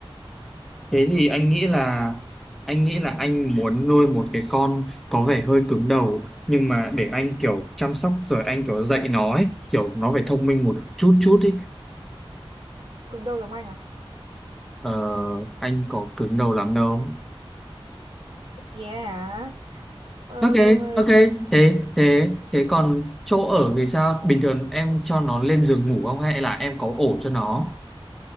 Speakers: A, in the centre; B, on the right.
A: Thế thì anh nghĩ là anh nghĩ là anh muốn nuôi một cái con có vẻ hơi cứng đầu nhưng mà để anh kiểu chăm sóc rồi anh kiểu dạy nó ấy, kiểu nó phải thông minh một chút chút ấy.
B: cứng đầu giống anh à?
A: Ờ, anh có cứng đầu lắm đâu.
B: Yeah. Ờ,
A: Ok,
B: ờ,
A: ok. Thế thế thế còn chỗ ở thì sao? Bình thường em cho nó lên giường ngủ không hay là em có ổ cho nó?